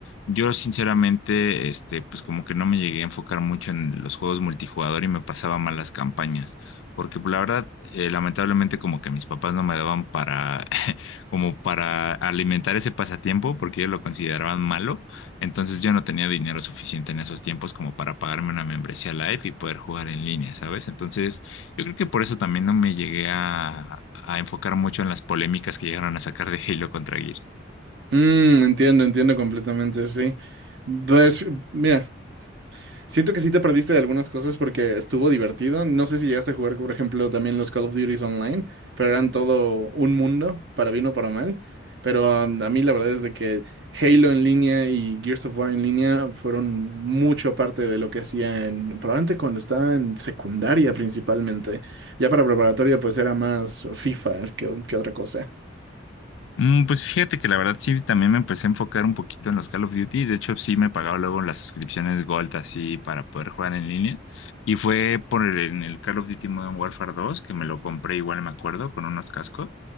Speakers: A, on the left; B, on the right.
A: Yo sinceramente, este, pues como que no me llegué a enfocar mucho en los juegos multijugador y me pasaba mal las campañas, porque pues, la verdad, eh, lamentablemente como que mis papás no me daban para, <laughs> como para alimentar ese pasatiempo, porque ellos lo consideraban malo, entonces yo no tenía dinero suficiente en esos tiempos como para pagarme una membresía Live y poder jugar en línea, ¿sabes? Entonces yo creo que por eso también no me llegué a, a enfocar mucho en las polémicas que llegaron a sacar de Halo contra Gears.
B: Mm, entiendo, entiendo completamente, sí. Pues, mira, Siento que sí te perdiste de algunas cosas porque estuvo divertido. No sé si llegaste a jugar, por ejemplo, también los Call of Duty online, pero eran todo un mundo, para bien o para mal. Pero um, a mí la verdad es de que Halo en línea y Gears of War en línea fueron mucho parte de lo que hacía en, probablemente cuando estaba en secundaria principalmente. Ya para preparatoria pues era más FIFA que, que otra cosa.
A: Mm, Pues fíjate que la verdad sí, también me empecé a enfocar un poquito en los Call of Duty. De hecho, sí me pagaba luego las suscripciones Gold así para poder jugar en línea. Y fue por el, en el Call of Duty Modern Warfare 2 que me lo compré igual, me acuerdo, con unos cascos.